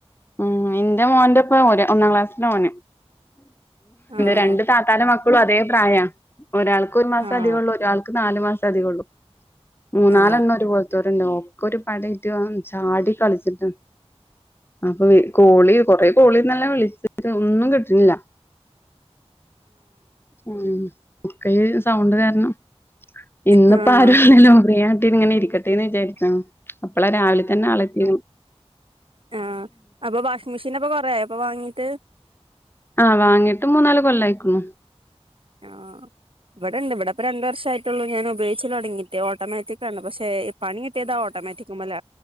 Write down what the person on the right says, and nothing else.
ആഹ്
ആഹ്
ആഹ്
ആഹ്
ആ അപ്പൊ വാഷിംഗ് മെഷീനപ്പൊ കൊറേ ആയോ അപ്പൊ വാങ്ങീട്ട്
ആ ഇവിടെണ്ട് ഇവിടെപ്പ രണ്ട് വർഷം ആയിട്ടുള്ളൂ ഞാൻ ഉപയോഗിച്ച് തുടങ്ങിയിട്ട് ഓട്ടോമാ റ്റിക്കാണ്ട് പക്ഷെ പണിട്ടിയതാ ഓട്ടോമാറ്റിക്മ്മല